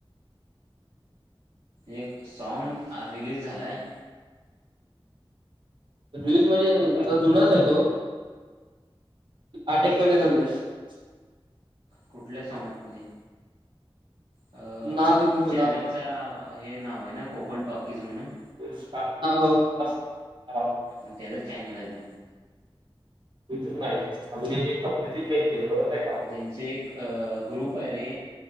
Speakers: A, on the right; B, on the right.
A: एक सॉंग रिलीज झालाय,
B: रिलीज म्हणजे ज जुनच आहे, तो अटेकपणे
A: कुठल्या
B: झाली, <unintelligible>
A: कुठल्या सॉंग मध्ये आहे
B: नाद घुमला.
A: चॅनल, हे नाव आहे ना, कोकण टॉकीज म्हणून,
B: <unintelligible>
A: म तेचा च चायनल आहे तो,
B: <unintelligible>
A: त्यांचे एक अ ग्रुप आहे रे,